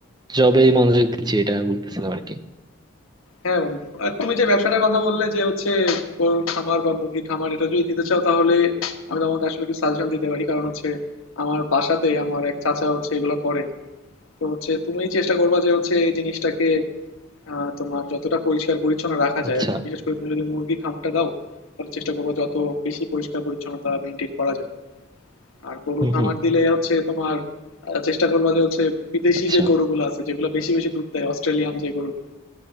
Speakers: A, on the right (about 20°); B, on the left (about 80°).
A: জবেই মনোযোগ দিচ্ছি এটা বলতেছিলাম আর কি
B: হ্যাঁ বন্ধু আর তুমি যে ব্যবসাটার কথা বললে যে হচ্ছে গরুর খামার বা মুরগির খামার এটা যদি দিতে চাও তাহলে আমি তোমাকে আসলে কিছু সাজেশন দিতে পারি কারণ হচ্ছে আমার বাসাতে আমার এক চাচা হচ্ছে এগুলো করেন তো হচ্ছে তুমি চেষ্টা করবা যে হচ্ছে এই জিনিসটাকে আহ, তোমার যতটা পরিষ্কার পরিচ্ছন্ন রাখা যায়
A: আচ্ছা
B: আর কি বিশেষ করে তুমি যদি মুরগির খামারটা দাও তাহলে চেষ্টা করবা যত বেশি পরিষ্কার পরিচ্ছন্নতা মেনটেন করা যায় আর গরুর
A: হুম
B: খামার
A: হুম
B: দিলে হচ্ছে তোমার আহ, চেষ্টা করবা যে হচ্ছে বিদেশি
A: আচ্ছা
B: যে গরুগুলো আছে যেগুলো বেশি বেশি দুধ দেয় অস্ট্রেলিয়ান যে গরুগুলো